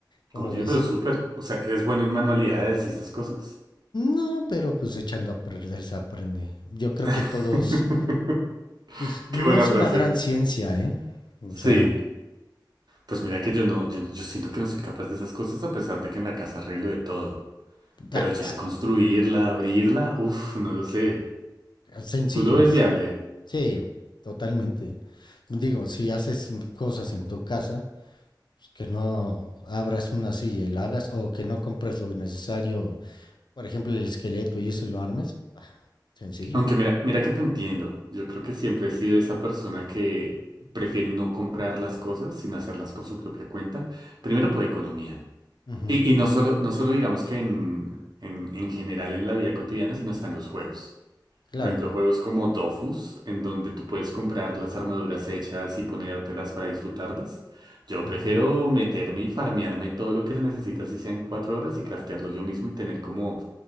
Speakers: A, on the left (about 70°); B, on the right (about 65°).
A: ¿Cómo
B: Oye,
A: ves?
B: pero súper. O sea, ¿eres bueno en manualidades y estas cosas?
A: No, pero pues echando a perder se aprende. Yo creo
B: <laughs>
A: que todos pues no
B: Qué buena
A: es
B: frase.
A: una gran ciencia, ¿eh? O
B: Sí,
A: sea,
B: pues mira que yo no, yo, yo siento que no soy capaz de esas cosas a pesar de que en la casa arreglo de todo.
A: da-
B: Pero ya construirla, abrirla, uff, no lo sé.
A: sencillos.
B: ¿Tú lo ves viable?
A: Sí, totalmente. Digo, si haces cosas en tu casa, pues, que no abras una silla y la hagas, o que no compres lo necesario, por ejemplo, el esqueleto y eso y lo armes, bah, sencillo.
B: Aunque mira, mira que te entiendo. Yo creo que siempre he sido esa persona que prefiere no comprar las cosas, sino hacerlas por su propia cuenta. Primero por economía.
A: Ujú,
B: Y, y no solo, no solo digamos que en, en, en general en la vida cotidiana, sino hasta en los juegos.
A: claro.
B: Por ejemplo, juegos como Dofus, en donde tú puedes comprar las armaduras hechas y ponértelas para disfrutarlas. Yo
A: ujú.
B: prefiero meterme y farmearme todo lo que se necesita, si sean cuatro horas, y craftearlo yo mismo y tener como